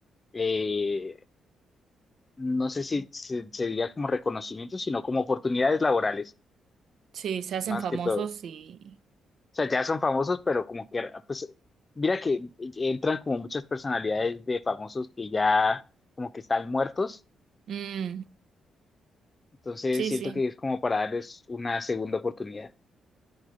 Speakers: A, on the left; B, on the right.
A: eh, no sé si se, se diría como reconocimiento, sino como oportunidades laborales,
B: Sí, se hacen
A: más
B: famosos
A: que todo.
B: y...
A: O sea, ya son famosos, pero como que, pues, mira que entran como muchas personalidades de famosos que ya como que están muertos.
B: Mm,
A: Entonces
B: sí,
A: siento
B: sí.
A: que es como para darles una segunda oportunidad.